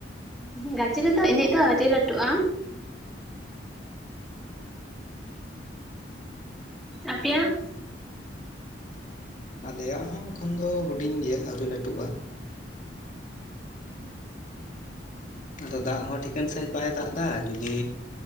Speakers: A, in the centre; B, on the left.
A: ᱜᱟᱹᱪᱷᱤ ᱠᱚᱫᱚ ᱮᱱᱮᱡ ᱫᱚ ᱟᱹᱰᱤ ᱞᱟᱹᱴᱩᱜᱼᱟ᱾
B: <inaudible>
A: ᱟᱯᱮᱭᱟᱜ?
B: ᱟᱞᱮᱭᱟᱜ ᱦᱚᱸ ᱮᱠᱷᱚᱱ ᱫᱚ ᱦᱩᱰᱤᱧ ᱜᱮᱭᱟ ᱟᱹᱣᱨᱤ ᱞᱟᱹᱴᱩᱜᱼᱟ᱾ ᱟᱫᱚ ᱫᱟᱜᱲᱦᱚᱸ ᱴᱷᱤᱠᱟᱹᱱ ᱥᱟᱺᱦᱤᱡ ᱵᱟᱭᱽ ᱫᱟᱜ ᱫᱟ ᱡᱩᱫᱤ